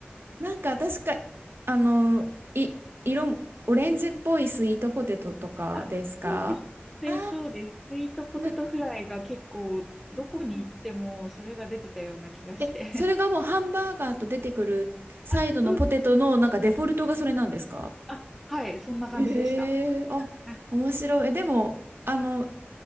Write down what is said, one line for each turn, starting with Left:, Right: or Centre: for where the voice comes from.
Right: ーなんか確か、あの、い、色も、オレンジっぽいスイートポテトとかですかあ
Centre: <laughs> あ、そうです。で、そうです。スイートポテトフライが結構、
Right: ーぶ
Centre: どこに行ってもそれが出てたような気がして。
Right: え、それがもうハンバーガーと出てくるサイドのポテトのなんかデフォルトがそれなんですか
Centre: <laughs> あ、そうです。あ、はい、そんな感じでした。
Right: ええあ、
Centre: はい
Right: 面白い。え、でも、あの、